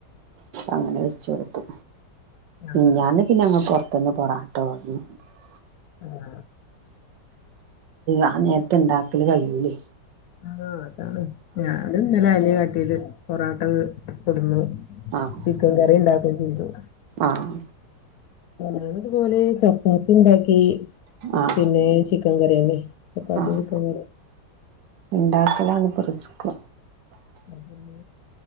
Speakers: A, on the right; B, on the left.
A: അങ്ങനെ വെച്ച് കൊടുത്തു
B: ആഹ്
A: മിനിഞ്ഞാന്ന് പിന്നെ അങ്ങ പെറത്തുന്ന് പൊറാട്ട വാങ്ങി
B: ആഹ്
A: ആ നേരത്തെ ഇണ്ടാക്കല് കഴൂലേ
B: ആഹ് അതാണ് ഞാന ഇന്നലെ അല കട്ടിയത് പൊറോട്ട കൊടുന്നു
A: ആഹ്
B: ചിക്കൻ കറി ഉണ്ടാക്കുകയും ചെയ്തു
A: ആഹ്
B: ഞാനതുപോലെ ചപ്പാത്തി ഉണ്ടാക്കി
A: ആഹ്
B: പിന്നെ ചിക്കൻ കറിന്നെ ചപ്പാത്തീം
A: ആഹ്
B: ചിക്കൻ കറി
A: ഉണ്ടാക്കലാണ് ഇപ്പം റിസ്ക്
B: അതന്നെ